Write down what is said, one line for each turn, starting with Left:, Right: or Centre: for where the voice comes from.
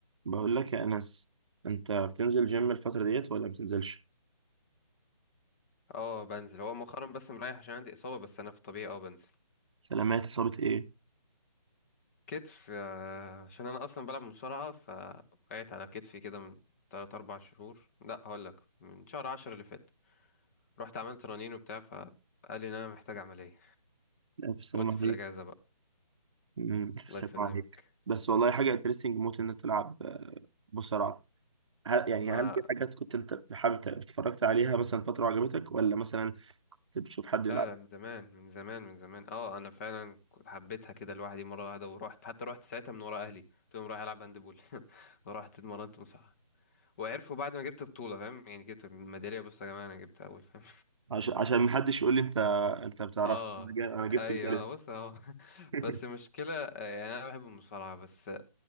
Right: بقول لك يا أنس أنت بتنزل جيم الفترة ديت ولا بتنزلش؟
Left: اه بنزل هو مؤخرا بس مريح عشان عندي اصابه بس انا في الطبيعي اه بنزل
Right: سلامات إصابة إيه؟
Left: كتف آه، عشان انا اصلا بلعب مصارعه فوقعت على كتفي كده من 3 4 شهور لا هقول لك من شهر 10 اللي فات رحت عملت رنين وبتاع فقال لي ان انا محتاج عمليه
Right: ألف سلامة
Left: فقلت في
Right: عليك
Left: الاجازه بقى
Right: أمم، ألف
Left: الله
Right: سلامة
Left: يسلمك
Right: عليك بس والله حاجة انترستنج موت إنك تلعب آه، مصارعة هل يعني
Left: ما
Right: هل دي حاجات كنت أنت حابب ت- اتفرجت عليها مثلا فترة وعجبتك ولا مثلا أنت بتشوف حد
Left: لا
Right: يلعب
Left: لا من زمان من زمان من زمان اه انا فعلا كنت حبيتها كده لوحدي مره واحده ورحت حتى رحت ساعتها من ورا اهلي قلت لهم رايح العب هاندبول <laughs> ورحت اتمرنت مصارعه وعرفوا بعد ما جبت بطولة فاهم يعني جبت ميدالية بص يا جماعة أنا جبت أول فاهم
Right: عشان عشان محدش يقول لي أنت أنت بتعرفش
Left: اه
Right: أنا جا- أنا جبت
Left: ايوه
Right: في بالي
Left: آه، بص اهو <laughs>
Right: <laughs>
Left: بس المشكلة آه، يعني أنا بحب المصارعة بس آه،